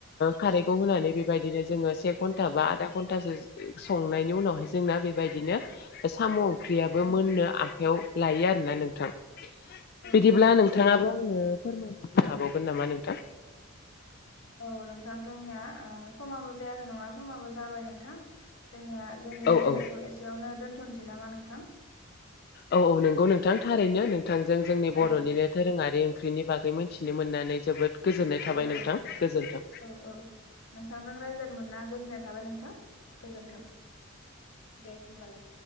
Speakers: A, on the left; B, on the left.
A: खारैखौ होनानै बेबायदिनो जोंङो से घन्टा बा आदा घा <unintelligible> उनाव जोंना बेबादिनो साम बो
B: औ
A: मोननो आखायाव लायो आरोना नोंथां
B: औ
A: बिदिब्ला
B: औ
A: नोंथांङाबो आंनो फोरमायना होनो हाबावगोन नामा नोंथां
B: औ नोंथां जोंनिया समाबो जायाखै नंङा समाबो जाबाय नोंथां जोंनिया जोंनि
A: औ
B: रायलायनायखौ
A: औ
B: एसेयावनो दोनथ'नोसै नामा नोंथां?
A: औ औ नोंगौ नोंथां थारैनो नोंथांजों जोंनि बर'निनो
B: औ
A: दोरोंङारि ओंख्रिनि बागै मोनथिनो मोननानै जोबोद गोजोननाय थाबाय
B: औ
A: नोंथां
B: औ
A: गोजोन्थों
B: औ औ नोंथांजों रायज्लनो मोना गोजोननाय थाबाय नोंथां गोजोन्थों दे होनोमबालाय